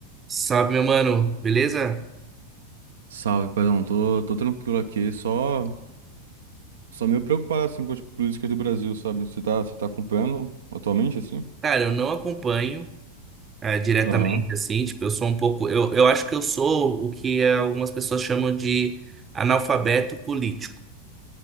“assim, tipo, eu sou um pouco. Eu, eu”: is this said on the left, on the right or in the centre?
Right